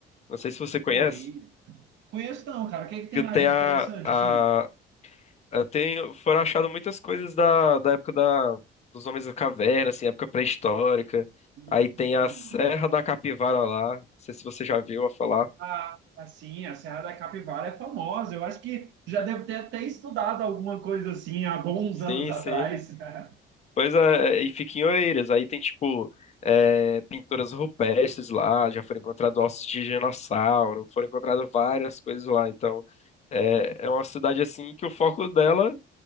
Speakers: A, on the left; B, on the right.
A: Não sei se você conhece,
B: pô, e... Conheço não, cara. O que é que tem
A: que
B: lá
A: tem
B: de interessante,
A: a, a,
B: assim?
A: a- tem, foram achadas muitas coisas da, da época da, dos homens da caverna, assim, época pré-histórica.
B: Hum,
A: Aí tem a Serra da Capivara lá. Não sei se você já viu a falar.
B: ah, assim, a Serra da Capivara é famosa. Eu acho que já devo ter até estudado alguma coisa assim há bons
A: Sim,
B: anos atrás.
A: sim.
B: <laughs>
A: Pois é, e fica em Oeiras. Aí tem, tipo, é, pinturas rupestres lá, já foram encontrados ossos de dinossauro, foram encontradas várias coisas lá. Então, é, é uma cidade, assim, que o foco dela é